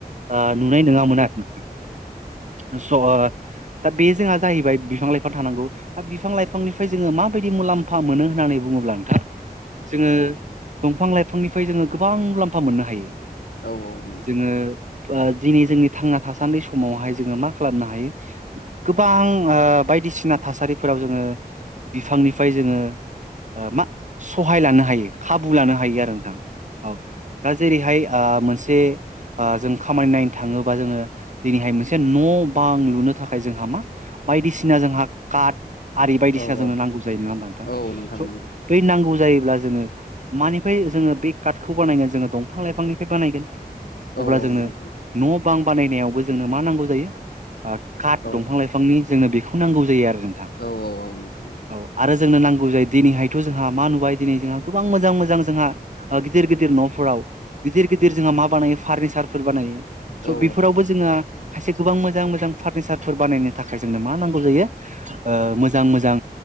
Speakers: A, on the right; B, on the left.
A: ओ नुनाय नङामोन आरो ना नोंथां स' दा बे जोंहा जाहैबाय बिफां लाइफां थानांगौ दा बिफां लाइफांनिफ्राय जोङो माबायदि मुलाम्फा मोनो होननानै बुङोब्ला जोङो
B: नोंथां औ नोंथां
A: दंफां लाइफांनिफ्राय जोङो गोबां मुलाम्फा मोननो हायो
B: औ औ नोंथां
A: जोङो दिनै जोंनि थांना थासान्दि समावहाय जोङो मा खालामनो हायो गोबां बाय बायदिसिना थासारिफोराव जोङो बिफांनिफ्राय जोङो मा सहाय लानो हायो खाबु लानो हायो आरो नोंथां औ दा जेरैहाय मोनसे जों खामानि नायनो थाङोबा जोङो दिनैहाय मोनसे न' बां लुनो थाखाय जोंहा मा बायदिसिना जोंहा काट आरि बायदिसिना
B: औ
A: जोंनो नांगौ जायो नङा होमबा नोंथां
B: औ औ
A: स
B: नंगौ
A: बै नांगौ जायो अब्ला जोङो मानिफ्राय जोङो बे काटखौ बानायगोन जोङो दंफां लाइफांनिफ्राय बानायगोन अब्ला
B: औ औ
A: जोंनो
B: नोंथां
A: न' बां बानायनायावबो जोंनो मा नांगौ जायो काट
B: औ
A: दंफां लाइफांनि जोंनो बेखौ नांगौ जायो आरो नोंथां
B: औ औ औ नोंथा
A: औ आरो जोंनो नांगौ जायो दिनैहायथ जोंहा मा नुबाय दिनै जोंहा गोबां मोजां मोजां जोंहा गिदिर गिदिर न'फोराव गिदिर गिदिर जोंहा मा बानायो फार्निचार फोर बानायो स'
B: औ
A: बेफोरावबो जोङो खायसे गोबां मोजां मोजां फारनिचार फोर बानायनो थाखाय जोंनो मा नांगौ जायो मोजां मोजां